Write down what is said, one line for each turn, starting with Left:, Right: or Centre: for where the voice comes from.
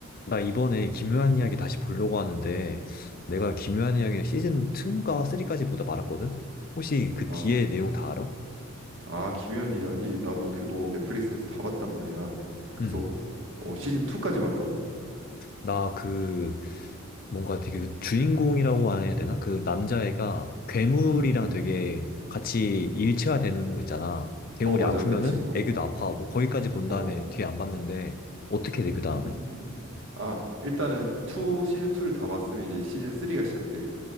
Left: 나 이번에 기묘한 이야기 다시 보려고 하는데, 내가 기묘한 이야기 시즌 2인가 3까지 보다 말았거든? 혹시 그
Right: 아,
Left: 뒤에 내용 다 알아?
Right: 아, 김연한 이야기. 나도 그거 넷플릭스에서 다 봤단 말이야. 그래서
Left: 응.
Right: 어, 시즌 2까지 봤다고?
Left: 나 그, 뭔가 되게 주인공이라고 해야 되나? 그 남자애가 괴물이랑
Right: 음. 음.
Left: 되게 같이 일체화되는 거 있잖아. 괴물이
Right: 어, 맞아.
Left: 아프면은
Right: 그 친구.
Left: 애교도
Right: 어.
Left: 아파하고, 거기까지 본 다음에
Right: 어.
Left: 뒤에 안 봤는데, 어떻게
Right: 음.
Left: 돼, 그 다음에?
Right: 아, 일단은 2 시즌 2를 다 봤으면 이제 시즌 3가 시작돼.